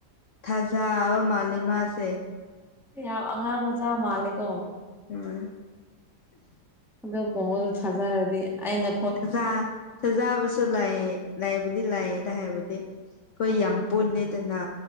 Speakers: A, on the left; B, in the centre.
A: ꯊꯥꯖꯕ ꯃꯥꯜꯂꯦ ꯃꯥꯁꯨ
B: ꯌꯥꯝ ꯑꯉꯥꯡ ꯃꯆꯥ ꯃꯥꯜꯂꯦꯀꯣ
A: ꯎꯝ
B: ꯑꯗꯨ ꯀꯨꯝꯕꯗꯣ ꯊꯥꯖꯔꯗꯤ ꯑꯩꯅ
A: ꯊꯥꯖ ꯊꯥꯖꯕꯁꯨ ꯂꯩ ꯂꯩꯕꯨꯗꯤ ꯂꯩꯌꯦꯗ ꯍꯥꯏꯕꯗꯤ ꯈꯣꯏ
B: ꯎꯝ
A: ꯌꯥꯝ ꯄꯨꯜꯂꯤꯗꯅ